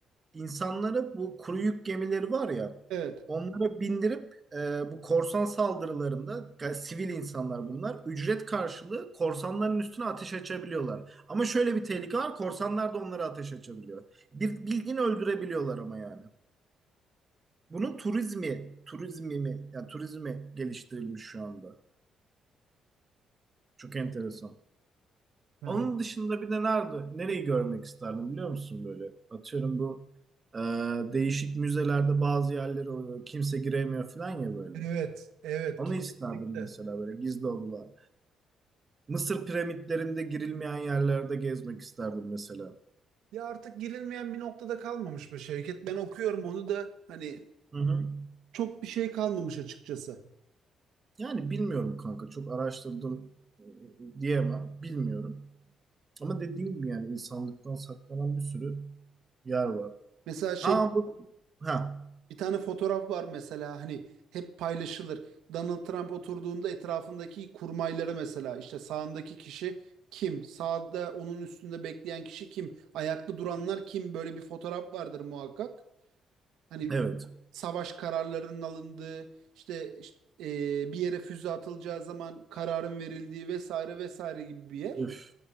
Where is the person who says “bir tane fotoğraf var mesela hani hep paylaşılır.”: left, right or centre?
Right